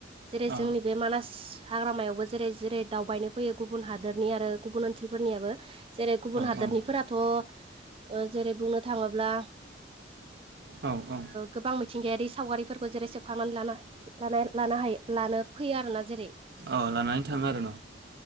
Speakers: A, on the right (about 30°); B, on the right (about 65°).
A: जेरै
B: अ
A: जोंनि बे मानास हाग्रामायावबो जेरै जेरै दावबायनो फैयो गुबुन हादोरनि आरो गुबुन ओनसोलफोरनियाबो जेरै गुबुन हादरनिफोराथ'
B: मानास हाग्रामायावबो जेरै
A: ओ जेरै बुंनो ओ ओ थाङोब्ला
B: दावबायनो फैयो औ औ
A: गोबां मिथिंगायारि सावगारि फोरबो जेरै सेभ खालामनानै ला-ला-ला-लानो हायो लानो फैयो आरोना जेरै
B: औ लानानै थाङो आरो न